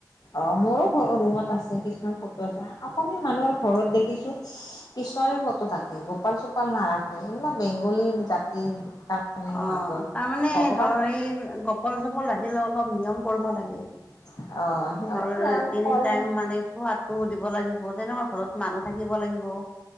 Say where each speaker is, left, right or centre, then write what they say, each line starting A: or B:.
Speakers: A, on the left; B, on the left.
A: অ মোৰো ঘ ৰুমত আছে কিছুমান ফটো আছে অসমীয়া মানুহৰ ঘৰত দেখিছো কৃষ্ণৰে ফটো থাকে গোপাল চোপাল নাৰাখে এইবিলাক বেংগলী জাতিৰ কাৰণে সিহঁতৰ
B: অঁ তাৰমানে
A: ভগৱান
B: ধৰ এই গোপাল চোপাল ৰাখিলে অলপ নিয়ম কৰিব লাগে
A: অ সিহঁতে
B: ধৰ
A: জানো
B: তিনি
A: কৰে
B: টাইম মানে সোৱাদটো দিব লাগিব তেনেকুৱা ঘৰত মানুহ থাকিব লাগিব অ